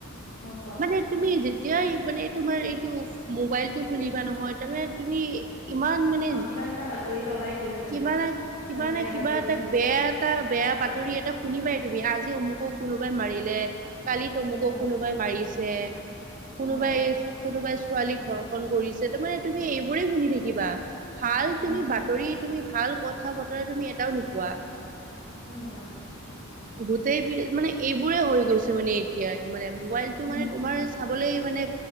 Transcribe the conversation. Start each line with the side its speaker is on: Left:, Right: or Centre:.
Left: অ', কোৱা
Right: এই তুমি যেতিয়াই মানে তোমাৰ এইটো মোবাইলটো খুলিবা নহয়, তাৰমানে তুমি ইমান মানে,
Left: অ কিবা এটা বাতৰি পাবাই তুমি মানে
Right: কিবা
Left: ন?
Right: নহয় কিবা
Left: মানে বেয়া
Right: না কিবা
Left: বাতৰি
Right: এটা বেয়া এটা বেয়া বাতৰি এটা শুনিবাই তুমি, আজি অমুকক কোনোবাই মাৰিলে, কালি তমুকক
Left: হয় হয়
Right: কোনো কোনোবাই মাৰিছে, কোনোবাই
Left: হয় হয়
Right: কোনোবাই ছোৱালীক ধৰ্ষণ কৰিছে, তাৰ মানে তুমি শুনি থাকিবা, ভাল
Left: উম
Right: তুমি
Left: উম
Right: বাতৰি তুমি ভাল কথা তুমি এটাও নোপোৱা।
Left: হয় হয়
Right: গোটেই বি মানে এই এইবোৰে হৈ গৈছে মানে এতিয়া মানে মোবাইলটো
Left: উম
Right: মানে তোমাৰ
Left: উম
Right: চাবলে মানে